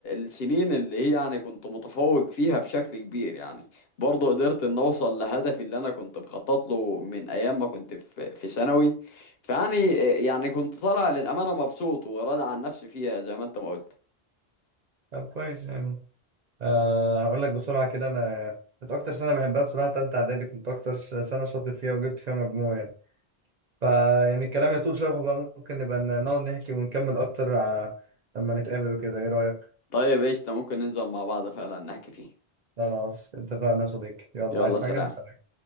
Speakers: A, on the left (about 70°); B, on the right (about 55°).
A: السنين اللي هي يعني كنت متفوق فيها بشكل كبير يعني برضه قدرت ان اوصل لهدفي اللي انا كنت مخطط له من ايام ما كنت في في ثانوي فيعني يعني كنت طالع للامانه مبسوط وراضي عن نفسي فيها زي ما انت ما قلت
B: طب كويس يعني آه هقول لك بسرعة كده أنا كنت أكتر سنة بحبها بصراحة تالتة إعدادي كنت أكتر س- سنة شاطر فيها وجبت فيها مجموع يعني فيعني الكلام يطول شرحه بقى ممكن نبقى ن- نقعد نحكي ونكمل أكتر ع- لما نتقابل وكده إيه رأيك؟
A: طيب ايش ممكن ننزل مع بعض فعلا نحكي فيه
B: خلاص اتفقنا يا صديقي يلا
A: يلا
B: عايز
A: سلام
B: حاجة سلام